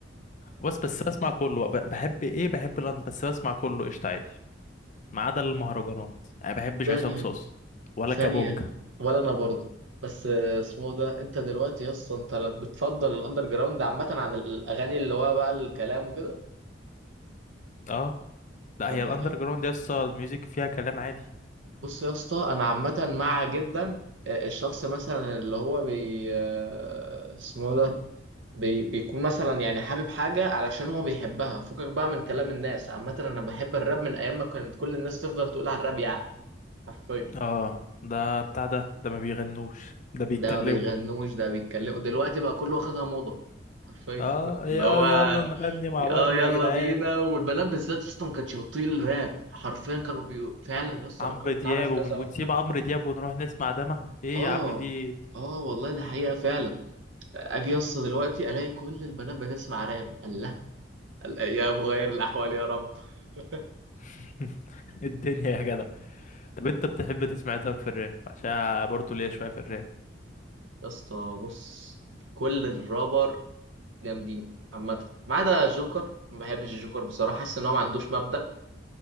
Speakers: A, on the left; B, on the right.
A: بس بس بسمع كله بقى. ب- بحب ايه بحب الاندر بس بسمع كله قشطة عادي ما عدا المهرجانات يعني ما بحبش
B: عامه
A: عصام صوص ولا
B: ثانية
A: كابونجا
B: ولا أنا برضه بس آه، اسمه ده أنت دلوقتي يا اسطى أنت لا بتفضل الأندر جراوند عامة عن الأغاني اللي هو بقى الكلام وكده
A: اه لا
B: طب
A: هي
B: ده
A: الاندر
B: حلو
A: جراوند دي اصلا الميوزك فيها كلام عادي
B: بص يا اسطى أنا عامة مع جدا آه، الشخص مثلا اللي هو بي آه، اسمه ده بي بيكون مثلا يعني حابب حاجة علشان هو بيحبها فكك بقى من كلام الناس عامة أنا بحب الراب من أيام ما كانت كل الناس تفضل تقول على الراب يعني حرفيا
A: اه ده بتاع ده ده ما بيغنوش ده بيتكلموا
B: ده ما بيغنوش ده بيتكلموا دلوقتي بقى كله واخدها موضة حرفيا
A: اه
B: <laughs> اللي
A: يا
B: هو
A: يلا نغني مع بابلو
B: اه يلا
A: يا جدعان
B: بينا والبنات بالذات يا اسطى ما كانتش بتطيق الراب حرفيا كانوا بي... فعلا يا اسطى
A: عمرو
B: انا كنت
A: دياب
B: اعرف كذا
A: ومش ونسيب
B: واحده
A: عمرو دياب ونروح نسمع دما ايه
B: اه
A: يا عم في ايه
B: اه والله ده حقيقه فعلا اجي يا اسطى دلوقتي الاقي كل البنات بتسمع راب الله الايام غير الاحوال يا رب <laughs>
A: <laughs> الدنيا يا جدع طب انت بتحب تسمع إيه طب في الراب عشان برضه ليا شوية في الراب
B: يا اسطى بص كل الرابر جامدين عامه ما عدا جوكر ما بحبش الجوكر بصراحه حاسس ان هو ما عندوش مبدأ